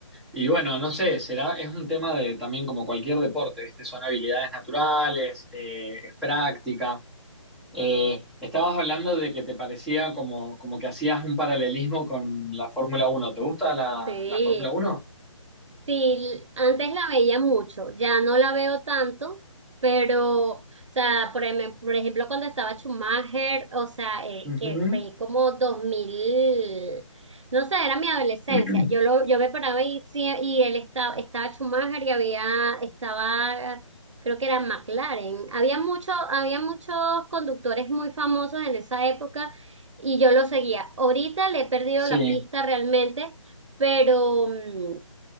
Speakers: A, in the centre; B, on the right.
A: y bueno, no sé, será, es un tema de también como cualquier deporte, ¿viste? Son habilidades naturales, eh, es práctica. Eh, estabas hablando de que te parecía como, como que hacías un paralelismo con la Fórmula uno ¿Te gusta la,
B: Sí,
A: la Fórmula uno
B: Sí, antes la veía mucho, ya no la veo tanto, pero, o sea, por, em- por ejemplo, cuando estaba Schumacher, o sea, eh,
A: Ujú.
B: que fue como 2000, no sé, era mi adolescencia,
A: <clears throat>
B: yo lo, yo me paraba y, sí- y él estaba, estaba Schumacher y había, estaba, creo que era McLaren, había mucho, había muchos conductores muy famosos en esa época y yo lo seguía. Ahorita le he perdido
A: Sí.
B: la pista realmente, pero... mm,